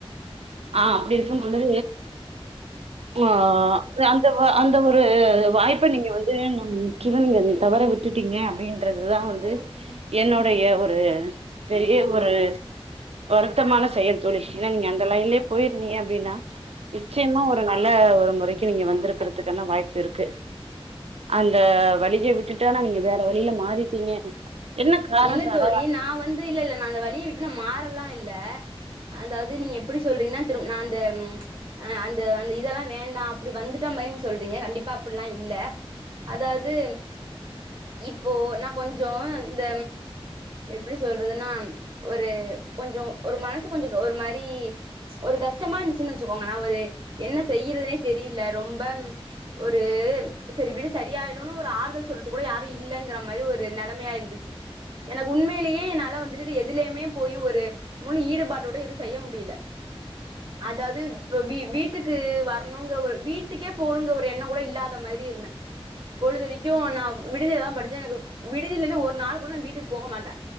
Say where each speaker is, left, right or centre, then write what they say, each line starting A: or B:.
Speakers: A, on the right; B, on the right.
A: ஆ அப்டி இருக்கும்பொழுது ஆ அந்த வ அந்த ஒரு வாய்ப்ப நீங்க வந்து நம் முற்றிலு நீங்க அத தவற விட் ட்டுட்டீங்க அப்டின்றதுதா வந்து என்னுடய ஒரு பெரிய ஒரு வருத்தமான செயல் தோழி ஏன்னா நீங்க அந்த லைன்லயே போய்ருந்தீங்க அப்டின்னா நிச்சயமா ஒரு நல்ல ஒரு முறைக்கு நீங்க வந்துருக்கறதுக்கான வாய்ப்பிருக்கு அந்த வழிய விட்டுட்டேனா நீங்க வேற வழில மாறிட்டீங்க என்ன காரோ
B: இல்ல
A: சார
B: தோழி நா வந்து இல்ல இல்ல நா அந்த வழிய விட்டு நா மாறலா இல்ல அதாவ்து நீங்க எப்டி சொல்றீங்கன்னா திரும் நா அந்த ஆ அந்த அந்த இதெல்லா வேண்டா அப்டி வந்துட்ட மாரி நீங்க சொல்றீங்க கண்டிப்பா அப்டில்லா இல்ல அதாவ்து இப்போ நா கொஞ்சொ இந்த எப்டி சொல்றதுனா ஒரு கொஞ்சோ ஒரு மனசு கொஞ்சோ ஒரு மாரி ஒரு கஷ்டமா இருந்துச்சுன்னா வச்சுக்கோங்கள ஒரு என்ன செய்றதுனே தெரியில ரொம்ப ஒரு சரி விடு சரியாயிடுனு ஒரு ஆறுதல் சொல்றதுக்கு கூட யாரு இல்லங்கற மாரி ஒரு நெலமாயாருந்து சி எனக்கு உண்மையிலியே என்னால வந்துட்டு எதுலயுமே போய் ஒரு முழு ஈடுபாடோட எது செய்ய முடியில அதாவது இப்ப வீ வீட்டுக்கு வரணுங்கிற ஒரு இப்ப வீ வீட்டுக்கு வரனுங்கற ஒரு வீட்டுக்கே போணுங்கிற ஒரு எண்ண கூட இல்லாத மாதிரி இருந்த பொழுதனிக்கு நா விடுதில தா படிச்சே எனக்கு விடுதிலந்து ஒரு நாள் கூட நா வீட்டுக்கு போக மாட்ட